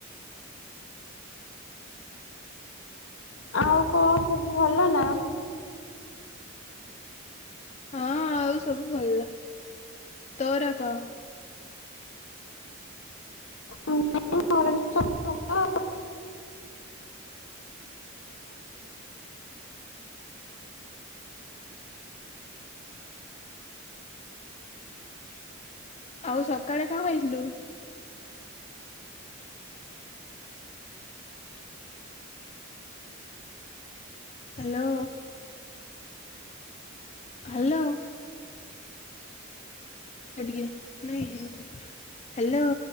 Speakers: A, on the left; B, on the left.
A: ଆଉ କଣ ସବୁ ଭଲ ନା?
B: ହଁ ଆଉ ସବୁ ଭଲ, ତୋର କହ।
A: ଘରେ ସବୁ ଭଲ?
B: ଆଉ ସକାଳେ କଣ ଖଇଥିଲୁ? ହ୍ୟାଲୋ। ହ୍ୟାଲୋ। ଟିକେ ନାଇଁ ହେଇନି, ହ୍ୟାଲୋ।